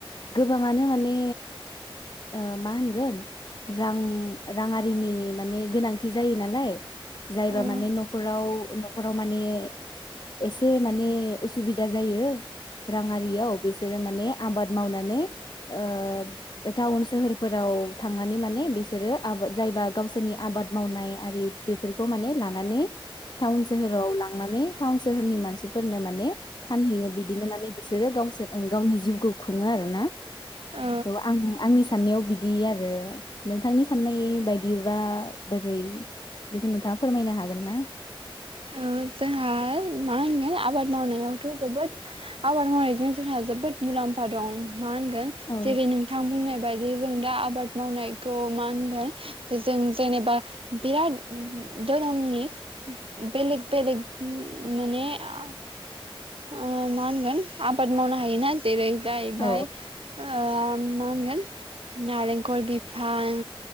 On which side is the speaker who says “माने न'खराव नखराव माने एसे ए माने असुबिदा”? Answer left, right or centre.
Left